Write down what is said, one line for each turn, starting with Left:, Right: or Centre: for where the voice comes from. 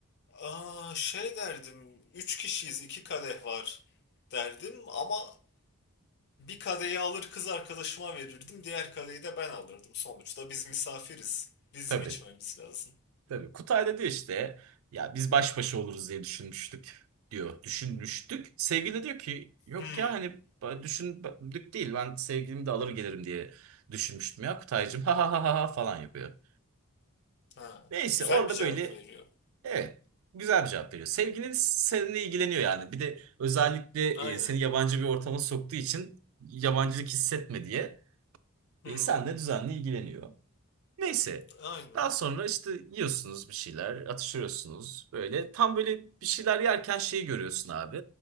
Left: Aa, şey derdim, üç kişiyiz, iki kadeh var derdim ama bir kadehi alır kız arkadaşıma verirdim, diğer kadehi de ben alırdım. Sonuçta biz misafiriz, bizim
Right: Tabii.
Left: içmemiz lazım.
Right: Tabii Kutay da diyor işte ya biz baş başa oluruz diye düşünmüştük diyor. Düşünmüştük. Sevgili de diyor ki yok
Left: Hmm,
Right: ya hani ba- düşündük değil ben sevgilimi de alır gelirim diye düşünmüştüm ya Kutaycığım ha ha ha ha ha" falan yapıyor.
Left: ha,
Right: Neyse
Left: güzel
Right: orada
Left: bir cevap
Right: böyle
Left: veriyor.
Right: evet güzel bir cevap veriyor. Sevgilin seninle ilgileniyor yani bir de özellikle
Left: Aynen.
Right: e, seni yabancı bir ortama soktuğu için yabancılık hissetme diye
Left: Hmm,
Right: e, seninle düzenli ilgileniyor. Neyse.
Left: aynen.
Right: Daha sonra işte yiyorsunuz bir şeyler, atıştırıyorsunuz böyle. Tam böyle bir şeyler yerken şeyi görüyorsun abi.